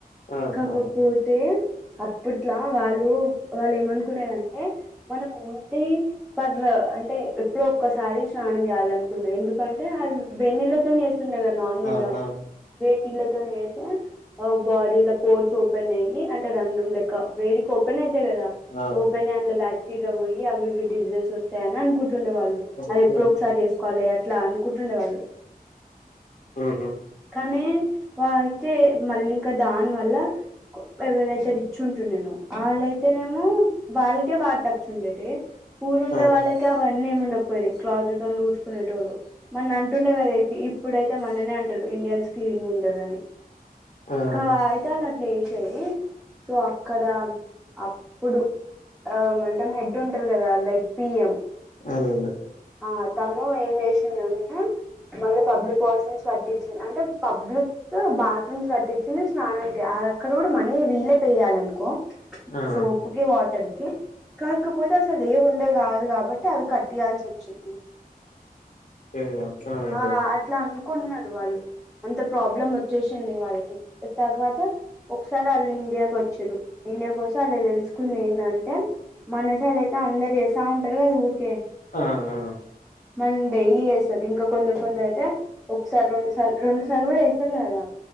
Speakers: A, on the left (about 55°); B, in the centre.
A: ఆ
B: కాకపోతే.
A: ఆ
B: అప్పుట్లా వాలు వాళ్ళేమనుకునేద టే మనమూంటి పర్ అంటె ఎప్పుడౌ ఒక్కసారి స్నానం జేయాలనుకున్న ఎందుకంటె ఆళ్ళ్ వేన్నీళ్ళతోని జేస్ స్తుండెగ నార్మల్గ
A: ఆ ఆ
B: వేన్నీళ్లతోనె జేస్ అవ్ బాడీల పోర్సోపెన్ అయ్యి అంటె రంద్రం లెక్క వేడికోపెనయ్ తె గద
A: ఆ,
B: ఓపెనయ్ అందులొ బ్యాక్ కిగ బొయ్యి అవి ఇవి డిజ్ <unintelligible> సయ్ అన్కుంటుండు వాళ్ళు
A: ఓకే
B: అదెప్పుడో ఒక్సారి చేస్ కోలి అట్లా అనుకుంటుండె వాళ్ళు.
A: ఉహు
B: కనీ వా అయితే మల్లింక దాన్ వాల్ల ఎవరైతే రిచ్ టుండెనో వాళ్ళైతేనేమో వాళ్ళకే వాటప్స్ ఉండే టెఊడుండే
A: ఆ
B: వాళ్ళకే అవన్న <unintelligible> నేం ఉండపోయిది క్లాత్తో ఊడ్చుకునేటోళ్ళు నన్నంటునె అంటుండే కదా ఇప్పుడైతే మననే అంటారు ఇండియన్స్ క్లీన్గా ఉంటారని
A: ఆ
B: కాయ్ దాలట్లో ఎషెది సో అక్కడ అప్పుడు ఆ 'మెంటన్ హెడ్ ఉంటారు కదా లైక్ పిఎం
A: అదె అదె
B: ఆ తను ఏం చేసిందంటే మళ్ళ పబ్లిక్ వాష్రూమ్స్ కట్టించిింది అంటే పబ్లిక్ బాత్రూమ్స్ కట్టించిింది స్నానం అక్కడ కూడ మనీ వీలే పే చేయాలనుకో
A: ఆ
B: సోపుకిి వాటర్కి కాకపోతే అసలు ఏముండే కాదు కాబట్టి అవి కట్ ఇయాల్సి వచ్చింది
A: ఏ అర్థమైతది
B: ఆ అట్లా అనుకున్న వాళ్ళు అంత ప్రాబ్లమ్ చేసింది వాళ్ళకి తర్వాత ఒక్సారి ఆల్లు ఇండియాకు వచ్చి చెరు ఇండియా కో సాలె దెల్స్ ఏంటంటే మన సైడ్ అయితే అందరు చేస్తా ఉంటారు అది ఒకె
A: ఆ ఆ
B: మన డైలీ చేస్ ఇంక కొందరు కొందరు అయితే ఒకసారి రెండు సార్లు రెండు సార్లు కూడ చెత్తరు కదా